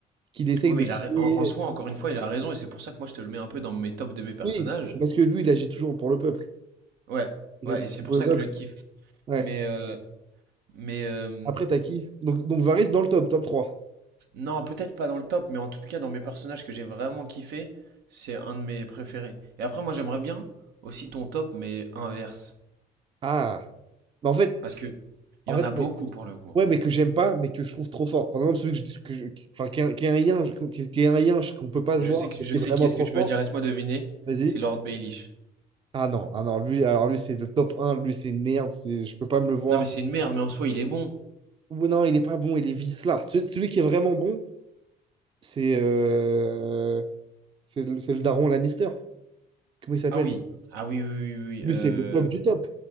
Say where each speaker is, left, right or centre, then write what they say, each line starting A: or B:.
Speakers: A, on the right (about 30°); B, on the right (about 80°).
A: qu'il essaye
B: Ouais,
A: de
B: mais il
A: créer.
B: a ra- en, en soi, encore une fois, il a raison, et c'est pour ça que moi, je te le mets un peu dans mes tops de mes personnages.
A: Oui, parce que lui, il agit toujours pour le peuple.
B: Ouais,
A: Il
B: ouais,
A: agit toujours
B: et c'est pour
A: pour
B: ça
A: le peuple.
B: que je le kiffe.
A: Ouais.
B: Mais, euh, mais, euh,
A: Après, t'as qui? Donc, donc Varese dans le top, top trois
B: Non, peut-être pas dans le top, mais en tout cas dans mes personnages que j'ai vraiment kiffé, c'est un de mes préférés. Et après, moi j'aimerais bien aussi ton top, mais inverse.
A: Ah. mais en fait,
B: Parce que il
A: en
B: y en
A: fait
B: a beaucoup
A: ouais.
B: pour le coup.
A: Ouais, mais que j'aime pas, mais que je trouve trop fort. Par exemple, celui que je- que je- qui- enfin, qui est, un- qui est un lien, qui est, qui est un lien qu'on peut pas
B: Je
A: se voir,
B: sais, que-
A: mais
B: je
A: qui
B: sais
A: est vraiment
B: qui est-ce
A: trop
B: que tu
A: fort.
B: vas dire, laisse-moi deviner.
A: Vas-y.
B: C'est Lord Baelish.
A: Ah non, ah non, lui, alors lui, c'est le top un lui, c'est une merde, c'est- je peux pas me le voir.
B: Non, mais c'est une merde, mais en soi il est bon.
A: Ou non, il est pas bon, il est vicelard. Celui, celui qui est vraiment bon, c'est euh, c'est le, c'est le daron Lannister. Comment il s'appelle?
B: Ah oui, ah oui, oui, oui, oui. oui,
A: Lui,
B: euh,
A: c'est le top du top.